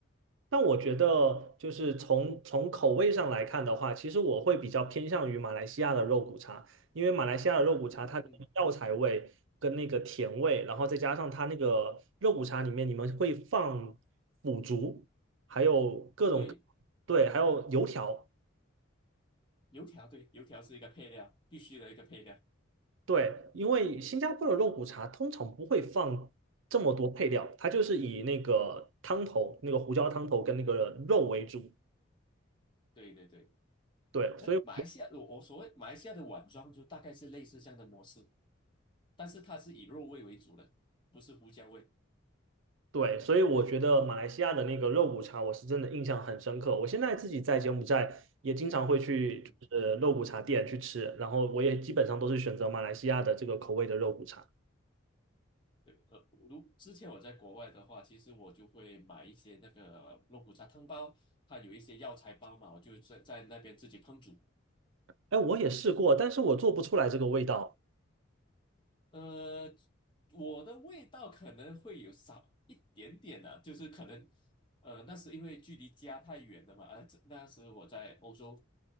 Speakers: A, on the right; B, on the left.
A: 但我觉得，就是从从口味上来看的话，其实我会比较偏向于马来西亚的肉骨茶，因为马来西亚的肉骨茶它的药材味跟那个甜味，
B: 嗯哼哼，
A: 然后再加上它那个肉骨茶里面你们会放腐竹，还有各种
B: 对，
A: 对，还有油条，
B: 油条对，油条是一个配料，必须的一个配料。
A: 对，因为新加坡的肉骨茶通常不会放这么多配料，它就是以那个汤头、那个胡椒汤头跟那个肉为主，
B: 对对对。
A: 对，
B: 哎，
A: 所以。
B: 马来西亚，我我所谓马来西亚的碗装就大概是类似这样的模式，但是它是以肉味为主的，不是胡椒味。
A: 对，所以我觉得马来西亚的那个肉骨茶，我是真的印象很深刻。我现在自己在柬埔寨也经常会去，
B: 嗯哼，
A: 就是肉骨茶店去吃，然后我也基本上都是选择马来西亚的这个口味的肉骨茶。
B: 对，呃，如之前我在国外的话，其实我就会买一些那个肉骨茶汤包，它有一些药材包嘛，我就在在那边自己烹煮。
A: 哎，我也试过，但是我做不出来这个味道。
B: 呃，我的味道可能会有少一点点的、就是可能，呃，那是因为距离家太远了嘛，呃，这那时我在欧洲，